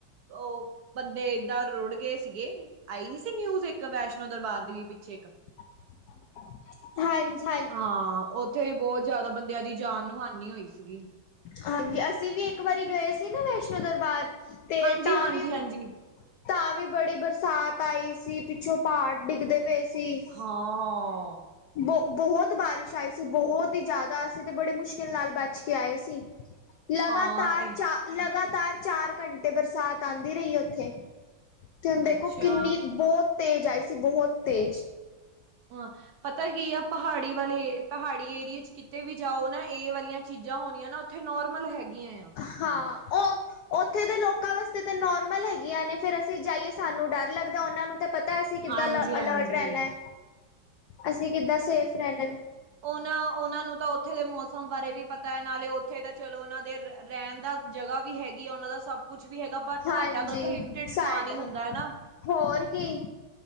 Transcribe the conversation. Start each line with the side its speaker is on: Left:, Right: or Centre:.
Right: ਓ ਬੰਦੇ ਏਦਾਂ ਰੁੜਗੇ ਸੀਗੇ। ਆਈ ਨੀ ਸੀ ਨਿਊਜ਼ ਇੱਕ ਵੈਸ਼ਨੋ ਦਰਬਾਰ ਦੀ ਵੀ ਪਿੱਛੇ ਇੱਕ।
Left: <inaudible> ਹਾਂਜੀ, ਹਾਂਜੀ।
Right: ਹਾਂ ਉੱਥੇ ਵੀ ਬਹੁਤ ਜ਼ਿਆਦਾ ਬੰਦਿਆਂ ਦੀ ਜਾਨ ਨੂੰ ਹਾਨੀ ਹੋਈ ਸੀਗੀ।
Left: ਹਾਂਜੀ ਅਸੀਂ ਵੀ ਇੱਕ ਵਾਰੀ ਗਏ ਸੀ ਨਾ ਵੈਸ਼ਨੋ ਦਰਬਾਰ ਤੇ
Right: ਹਾਂਜੀ
Left: ਤਾਂ
Right: ਹਾਂਜੀ
Left: ਵੀ
Right: ਹਾਂਜੀ
Left: ਤਾਂ ਵੀ ਬੜੀ ਬਰਸਾਤ ਆਈ ਸੀ, ਪਿੱਛੋਂ ਪਹਾੜ ਡਿੱਗਦੇ ਪੇ ਸੀ।
Right: ਹਾਂ
Left: ਬਹੁ ਬਹੁਤ ਬਾਰਿਸ਼ ਆਈ ਸੀ ਬਹੁਤ ਈ ਜ਼ਿਆਦਾ, ਅਸੀ ਤੇ ਬੜੀ ਮੁਸ਼ਕਿਲ ਨਾਲ ਬਚ ਕੇ ਆਏ ਸੀ, ਲਗਾਤਾਰ
Right: ਹਾਂ ਇਹ
Left: ਚਾਰ ਲਗਾਤਾਰ ਚਾਰ ਘੰਟੇ ਬਰਸਾਤ ਆਂਦੀ ਰਈਏ ਓਥੇ। ਤੇ ਹੁਨ ਦੇਖੋ
Right: ਅੱਛਾ
Left: ਕਿੰਨੀ ਬੋਤ ਤੇਜ ਆਈ ਸੀ ਬਹੋਤ ਤੇਜ।
Right: ਹਾਂ। ਪਤਾ ਕੀ ਆ ਪਹਾੜੀ ਵਾਲੇ ਪਹਾੜੀ ਏਰੀਏ ਚ ਕਿਤੇ ਵੀ ਜਾਓ ਨਾ, ਏ ਵਾਲੀਆਂ ਚੀਜਾਂ ਹੋਣੀਆਂ ਨਾ ਓਥੇ ਨੋਰਮਲ ਹੈਗੀਆਂ ਆ।
Left: ਹਾਂ ਓ ਓਥੇ ਦੇ ਲੋਕਾਂ ਵਾਸਤੇ ਤਾਂ ਨੋਰਮਲ ਹੈਗੀਆਂ ਨੇ, ਫੇਰ ਅਸੀਂ ਜਾਈਏ ਸਾਨੂੰ ਡਰ ਲੱਗਦਾ ਓਨਾਂ ਨੂੰ ਤੇ ਪਤਾ ਤਾਂ ਅਸੀਂ ਕਿੱਦਾਂ
Right: ਹਾਂਜੀ
Left: ਅ
Right: ਹਾਂਜੀ।
Left: ਅਲਰਟ ਰੈਣਾ, ਅਸੀਂ ਕਿੱਦਾਂ ਸੇਫ ਰੈਂਣਾ।
Right: ਓਨਾਂ ਓਨਾਂ ਨੂੰ ਤਾਂ ਓਥੇ ਦੇ ਮੌਸਮ ਬਾਰੇ ਵੀ ਪਤੈ ਨਾਲੇ ਓਥੇ ਤਾਂ ਚਲੋ ਓਨਾਂ ਦੇ ਰੈਣ ਦਾ ਜਗ੍ਹਾ ਵੀ ਹੈਗੀ ਆ, ਓਨਾਂ ਦਾ ਸਭ ਕੁਛ ਵੀ ਹੈਗਾ ਬਟ ਸਾਡਾ
Left: ਹਾਂਜੀ,
Right: ਤਾਂ ਉੱਥੇ ਲਿਮਟਿਡ ਸਮਾਨ
Left: ਸਾਡਾ
Right: ਹੀ ਹੁੰਦਾ ਹੈ ਨਾ।
Left: ਹੋਰ ਕੀ